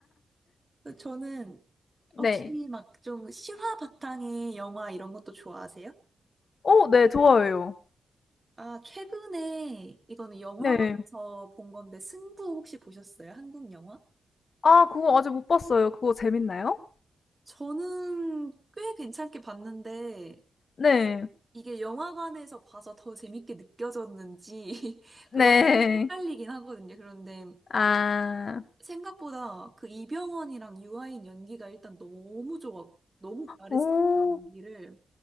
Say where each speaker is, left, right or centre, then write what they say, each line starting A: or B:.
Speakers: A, on the right; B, on the left.
A: 그 저는
B: 네.
A: 혹시 막 좀 실화 바탕의 영화 이런 것도 좋아하세요?
B: 어 네. 좋아요요
A: 아, 최근에 이거는 영화관에서
B: 네.
A: 본 건데 승부 혹시 보셨어요? 한국 영화?
B: 아 그거 아직 못 봤어요. 그거 재밌나요?
A: 저는 꽤 괜찮게 봤는데
B: 네.
A: 이게 영화관에서 봐서 더 재밌게 느껴졌는지 <laughs>
B: 네.
A: 그거 헷갈리긴 하거든요. 그런데
B: 아.
A: 생각보다 그 이병헌이랑 유아인 연기가 일단 너무 좋았, 너무 잘했었고
B: 오.
A: 연기를.